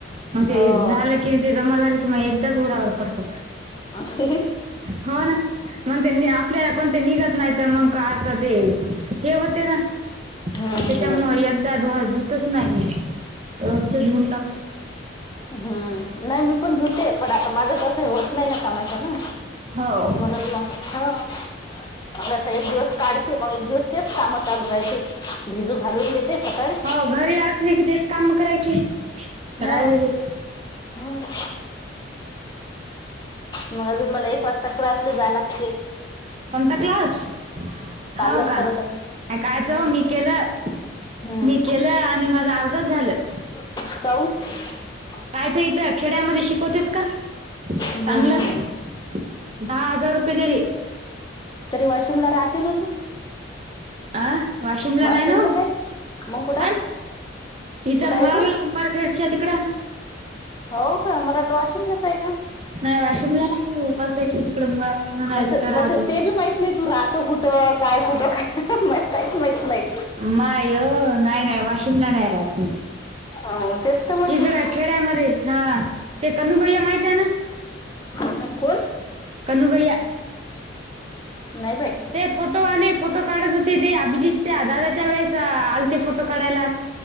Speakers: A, on the right (about 30°); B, on the left (about 20°).
A: मग ते
B: हो
A: ही झाले किण ते जमा झाले किं म एकदाच उरावर पडतात.
B: <unintelligible>
A: हो ना म त्यांनी आपल्याला कोण ते निघत नाहीत मग का असं ते हे होते ना. त्याच्यामुळे
B: हम्म हम्म.
A: एकदा धुआ धुतच नाही मी रोजचा धुऊून टाक
B: हम्म नाही मी पण धुते पण आता माझं कसं होत नाही ना कामाच्या ना.
A: हवं
B: <unintelligible> नसं एक दिवस काढते मग एक दिवस तेच कामं चालू राहतील भिजू घालून देते सकाळी
A: हो घरी असले कि ते काम करायचे
B: हो
A: राहिलेले
B: हम्म मग अजून मला एक वाजता क्लासला जालागते.
A: कोणता क्लास
B: पार्लर
A: हो का
B: करत आहे
A: कायच
B: हम्म
A: हो मी केलं.
B: हम्म
A: मी केलं आणि माझ अर्धच झालं.
B: <unintelligible>
A: काय तर इथं खेड्यामध्ये शिकवत का चांगलं.
B: हम्म
A: दहा हजार रुपये देरी
B: तरी वाशिमला राहते ना तू?
A: अं वाशिमला
B: वाशिमलाच
A: नाही ना
B: आहे मग कुठं
A: ह. इथ
B: कुठं आहे
A: मुळालां
B: तू
A: मारखेटच्या तिकड.
B: हो का मला ल वाशिमलस आहे का?
A: नाही वाशिमला नाही उमरकेट तिकडे मु म्हणून आहे
B: मला
A: तिथं राहतो.
B: मला ते बी माहित नाही तू राहत कुठं काय कुठं काय काहीच माहित नाही.
A: मा अ नाही नाही वाशिमला नाही राहत
B: हो तेच तर म्हटलं
A: तकडे खेड्यामध्ये हा ते कनुभयया माहित आहे ना.
B: ह कोण?
A: कनुभया.
B: नाही बाय.
A: ते फोटो आले फोटो काढत होते ते अभिजीतच्या दादाच्या वेळेस आले ते फोटो काढायला.